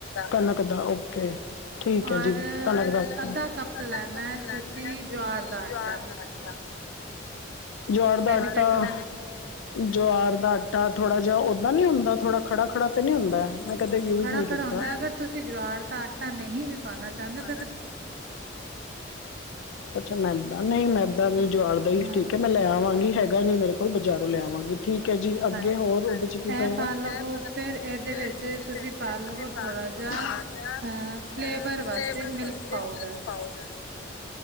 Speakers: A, on the left (about 85°); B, on the right (about 55°).
A: ਕਣਕ ਦਾ ਓਕੇ ਠੀਕ ਹੈ
B: ਔਰ
A: ਜੀ, ਅੱਧਾ ਕੱਪ
B: ਅੱਧਾ ਕੱਪ ਲੈਣਾ ਹੈ
A: ਲੈਣਾ
B: ਤੁਸੀਂ ਜਵਾਰ ਦਾ ਆਟਾ
A: ਜਵਾਰ ਦਾ ਆਟਾ ਜਵਾਰ ਦਾ
B: ਬੈਨੀਫਿਟ
A: ਆਟਾ
B: ਹੁੰ
A: ਜੁਆਰ ਦਾ ਆਟਾ ਥੋੜਾ ਜਿਆ ਓਦਾਂ ਨੀ ਹੁੰਦਾ ਥੋੜਾ ਖੜਾ ਖੜਾ ਤੇ ਨੀ ਹੁੰਦਾ ਐ। ਮੈਂ ਕਦੇ ਯੂਜ
B: ਖੜਾ
A: ਨੀ ਕੀਤਾ।
B: ਖੜਾ ਹੁੰਦਾ ਅਗਰ ਤੁਸੀਂ ਜਵਾਰ ਦਾ ਆਟਾ ਨਹੀਂ ਵੀ ਪਾਣਾ ਚਾਂਦੇ ਤੁਸ
A: <unintelligible> ਪੁੱਛ ਮੈਦਾ ਨਈ ਮੈਦਾ ਨੀ ਜੁਆਰ ਦਾ ਈ
B: ਹਾਂ
A: ਠੀਕ ਏ। ਮੈਂ ਲੈ ਆਵਾਂਗੀ ਹੈਗਾ ਨੀ ਮੇਰੇ ਕੋਲ ਬਜ਼ਾਰੋਂ ਲੈ ਆਵਾਂਗੀ। ਠੀਕ ਐ ਜੀ ਅੱਗੇ
B: ਹਾਂਜੀ
A: ਹੋਰ ਓਦੇ ਚ ਕੀ
B: ਇਹ
A: ਪਏਗਾ?
B: ਪਾ ਲਵੋ
A: ਐ ਪਾ ਲੋ
B: ਫਿਰ ਇਹਦੇ
A: ਫੇਰ
B: ਵਿੱਚ
A: ਓਦੇ
B: ਤੁਸੀਂ
A: ਚ ਜੇ
B: ਪਾ
A: ਤੁਸੀ
B: ਲਵੋ
A: ਪਾ
B: ਥੋੜ੍ਹਾ
A: ਲਵੋ
B: ਜਿਹਾ
A: <unintelligible> ਚ ਜਾ।
B: ਅ
A: <unintelligible> ਮ
B: ਫਲੇਵਰ
A: ਪਾ
B: ਵਾਸਤੇ ਪਾਊਡਰ
A: ਮਿਲਕ ਪਾਊਡਰ